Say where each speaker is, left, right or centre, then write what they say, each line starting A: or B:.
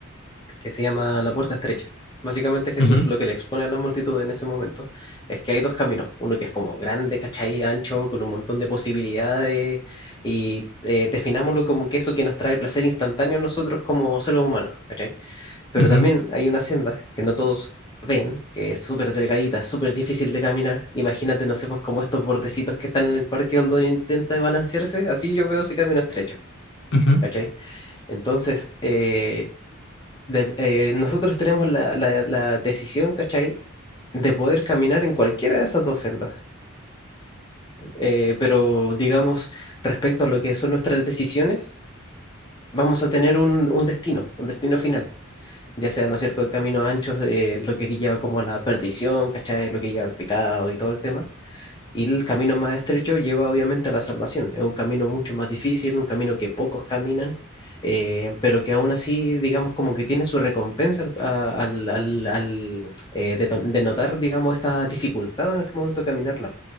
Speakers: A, on the left; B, on the left.
A: que se llama La puerta estrecha. Básicamente Jesús
B: Ujú,
A: lo que le expone a la multitud en ese momento es que hay dos caminos, uno que es como grande, ¿cachai? Ancho, con un montón de posibilidades, y eh, definámoslo como que eso que nos trae placer instantáneo a nosotros como seres humanos, ¿cachai? pero
B: ujú,
A: también hay una senda que no todos ven, que es súper delgadita, súper difícil de caminar. Imagínate, no sé, pues como estos bordecitos que están en el parque donde uno intenta balancearse, así yo veo ese camino estrecho,
B: ujú.
A: ¿cachai? Entonces, eh, de- eh, nosotros tenemos la, la- la decisión, ¿cachai? de poder caminar en cualquiera de esas dos sendas. Eh, pero digamos, respecto a lo que son nuestras decisiones, vamos a tener un un destino, un destino final. ya sea, ¿no es cierto?, el camino ancho, eh, lo que lleva como a la perdición, ¿cachai?, lo que lleva al pecado y todo el tema. Y el camino más estrecho lleva obviamente a la salvación. Es un camino mucho más difícil, un camino que pocos caminan, eh, pero que aún así, digamos, como que tiene su recompensa al, a- al- al- al, eh, deto- denotar, digamos, esta dificultad en el momento de caminarla,